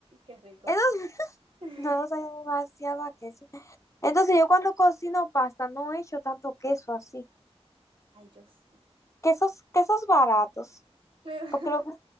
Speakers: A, on the right; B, on the left.
A: Qué rico.
B: Eso
A: <laughs>
B: No soy demasiado queso. Entonces
A: Es que,
B: yo cuando cocino pasta no he hecho tanto queso así.
A: ay, yo sí.
B: Quesos, quesos baratos.
A: <laughs>
B: Porque lo que